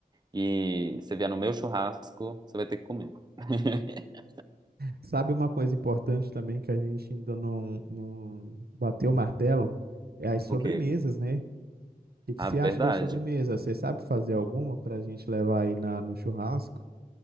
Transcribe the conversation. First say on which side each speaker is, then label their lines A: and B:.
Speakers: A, on the right (about 25°); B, on the right (about 80°).
A: e você vier no meu churrasco, você vai ter que comer. <laughs>
B: Sabe uma coisa importante também que a gente ainda não, não bateu o martelo? É as sobremesas,
A: O quê?
B: né? O que que
A: A
B: você
A: verdade.
B: acha das sobremesas? Você sabe fazer alguma para a gente levar aí na, no churrasco?